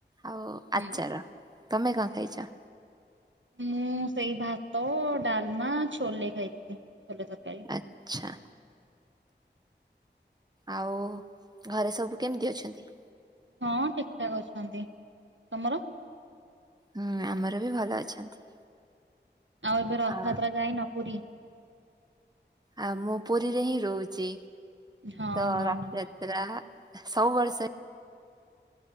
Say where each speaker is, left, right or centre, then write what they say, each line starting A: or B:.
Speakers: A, on the right (about 20°); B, on the right (about 85°).
A: ଆଉ
B: ହୁଁ।
A: ଆଚାର। ତମେ କଣ ଖାଇଚ?
B: ମୁଁ ସେଇ ଭାତ, ଡାଲମା, ଛୋଲେ ଖାଇଥିଲି ଛୋଲେ ତରକାରି।
A: ଆଚ୍ଛା। ଆଉ ଘରେ ସବୁ କେମତି ଅଛନ୍ତି?
B: ହଁ ଠିକ ଠାକ୍ ଅଛନ୍ତି ତମର
A: ହୁଁ ଆମର ବି ଭଲ ଅଛନ୍ତି।
B: ଆଉ ଏବେ ରଥଯାତ୍ରା
A: ଆ
B: ଯାଇ ନ ପୁରୀ?
A: ଆଉ ମୁଁ ପୁରୀରେ ହିଁ ରହୁଚି।
B: ହଁ
A: ତ
B: ହଁ
A: ରଥ
B: ହଁ।
A: ଯା ରା ସବୁ ବର୍ଷ ଏ